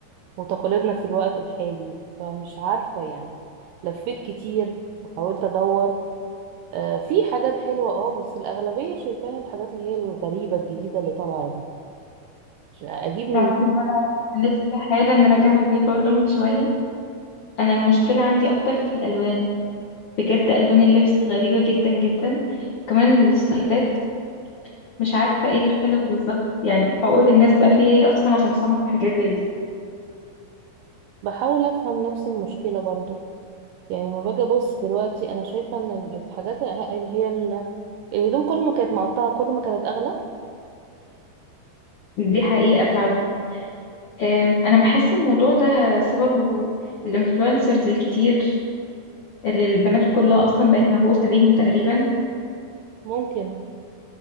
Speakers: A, on the right (about 80°); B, on the left (about 85°).
A: وتقاليدنا في الوقت الحالي فمش عارفة يعني لفيت كتير وحاولت أدور آه، في حاجات حلوة اه بس الأغلبية شايفاها الحاجات اللي هي الغريبة الجديدة اللي طالعة دي مش- أجيب من
B: تعرفي ان انا لسه حالا راجعه البيت برضو من شويه انا المشكله عندي اكتر في الالوان بجد الوان اللبس غريبه جدا جدا كمان الستايلات مش عارفه ايه اللي اختلف بالظبط يعني اقول الناس بقى فيها ايه اصلا عشان تصمم حاجات زي دي
A: بحاول أفهم نفس المشكلة برضو يعني ما باجي ابص دلوقتي انا شايفه ان ال- الحاجات ه- اللي هي ال- الهدوم كل ما كانت مقطعه كل ما كانت اغلى
B: دي حقيقه فعلا أم، انا بحس الموضوع ده سببه الانفلونسرز الكتير اللي البنات كلها اصلا بقت مهووسه بيهم تقريبا
A: ممكن